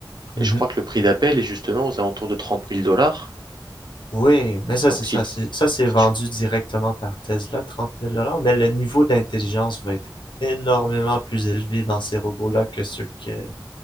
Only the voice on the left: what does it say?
Mhm.
Oui, mais ça,
c'est ça.
C'est, ça, c'est
vendu
directement par Tesla, trente mille dollars. Mais le niveau d'intelligence va être énormément plus élevé dans ces robots-là que ceux que,